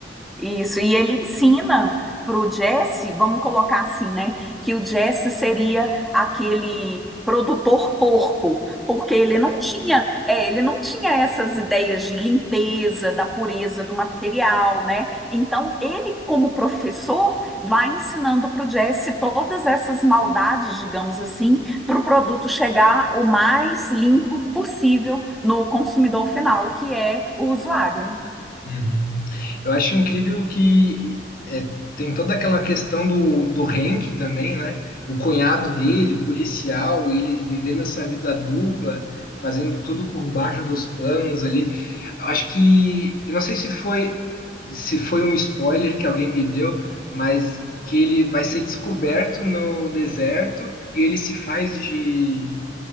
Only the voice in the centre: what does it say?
Isso, e ele ensina para o Jesse, vamos colocar assim, né? Que o Jesse seria aquele produtor porco, porque ele não tinha, é, ele não tinha essas ideias de limpeza, da pureza do material, né? Então, ele, como professor, vai ensinando para o Jesse todas essas maldades, digamos assim, para o produto chegar o mais limpo possível no consumidor final, que é o usuário, né?